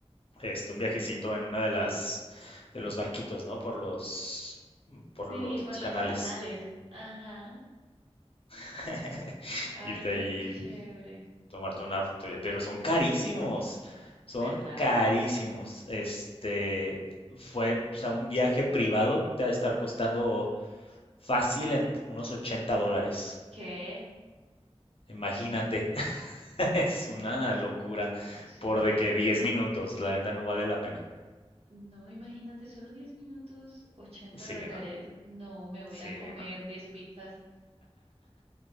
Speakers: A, on the left (about 55°); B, on the right (about 65°).
A: este, un viajecito en una de las, de los barquitos, ¿no? Por los, por los
B: Sí, por los
A: canales.
B: canales. Ajá.
A: <laughs>
B: Ay,
A: Irte
B: qué
A: ahí,
B: chévere.
A: tomarte una foto, pero son carísimos, son
B: ¿verdad?
A: carísimos. Este, fue, o sea, un viaje privado te ha de estar costando fácil en unos 80 dólares.
B: Que
A: Imagínate, <laughs> es una locura
B: sí,
A: por de que 10 minutos, la neta no vale la pena.
B: no, imagínate, solo 10 minutos, ochenta
A: Sí,
B: dólares.
A: no,
B: No, me voy
A: sí,
B: a ir a comer
A: no.
B: 10 pizzas,